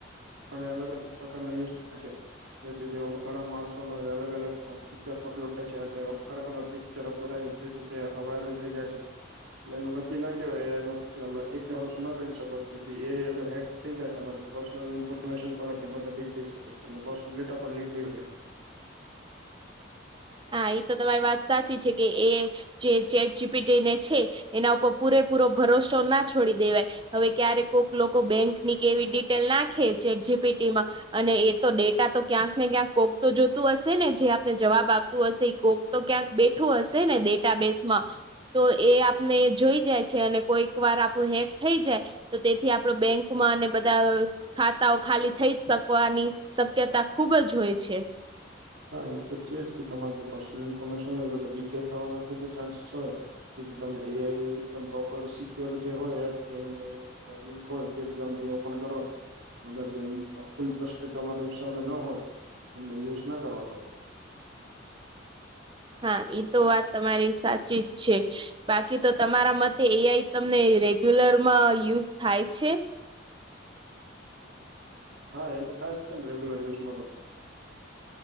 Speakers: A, on the right; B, on the right.
A: પણ અલગ-અલગ પ્રકારના યુઝ થાય છે. તેથી તેઓ ઘણા માણસો ના અલગ-અલગ પિક્ચરા પણ લૂટે છે, અને તેઓ ફટા પિચરો પિરાય તેથી <unintelligible> વાયરલ થઈ જાય છે. એનું નક્કી ના કેહેવાય, એનું એકદમ શું ના કરી શકો? તેથી એ અગર હે. થઈ જાય, તમારે પર્સનલ ઇન્ફોર્મેશન પણ બધા લીક થઈ શકે, એટલે પર્સનલ ડેટા પણ લીક થઈ શકે.
B: હા, એ તો તમારી વાત સાચી છે. કે એ. જે ચેટ જી. પી. ટી ને છે, એના ઉપર પૂરેપૂરો ભરોસો ના છોડી દેવાય. હવે ક્યારે ક કોઈક લોકો બેંક ની કે એવી ડિટેલ નાખે, ચેટ જી. પી. ટીમાં. અને એ તો ડેટા તો ક્યાંક ને ક્યાંક કોક તો જોતું હશે ને? જે આપને જવાબ આપ તું હશે, કોક તો ક્યાંક બેઠું હશે ને, ડેટાબેસ માં. તો એ આપને જોઈ જાય છે, અને કોઈક વાર આપણું હેક થઈ જાય. તો તેથી આપડો બેંકમાં અને બધા ખાતાઓ ખાલી થઈ શકવાની શક્યતા ખુબ જ હોય છે.
A: હા, એ તો છે જ કે, તમારે જે પર્સનલ ઇન્ફોર્મેશન હોય, એ બધા લીક થવાના ખુબ જ ચાન્સેસ હોય. જેથી તમને એ. આઈ એકદમ, પ્રોપર સિક્યોર જે હોય, એપ કે અમે લિંક હોય, તેથી તમને હી ઓપન કરવાનું. અગર જે ફૂલ ટસ્ટે તમારી હિસાબે ના હોય, તમને યુઝ ના કરવાનો હોય.
B: હા, ઇ તો વાત તમારી સાચી જ છે. બાકી તો તમારા મતે એઆઈ તમને રેગ્યુલરમાં યુઝ થાય છે?
A: હા, એ તો થાય જ છે ને, રેગ્યુલર યુઝમાં તો.